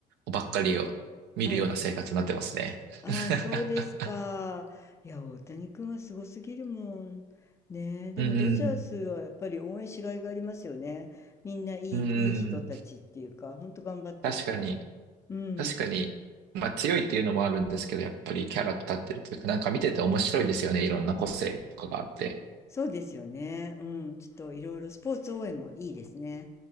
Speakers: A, on the right; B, on the left.
A: ばっかりを見るような生活になってますね。
B: はい。ああ、
A: <laughs>
B: そうですか。いや、大谷君はすごすぎるもん。ねえ、でもドジャースはやっぱり応援しがいがありますよね。
A: うんうん。
B: みんないい、
A: うんうん。
B: いい人たちっていうか、ほんと頑張ってるから。
A: 確かに。
B: うん。
A: 確かに、まあ強いっていうのもあるんですけど、やっぱりキャラ立ってるというか、なんか見てて面白いですよね。いろんな個性とかがあって。
B: そうですよね。うん。ちょっといろいろスポーツ応援もいいですね。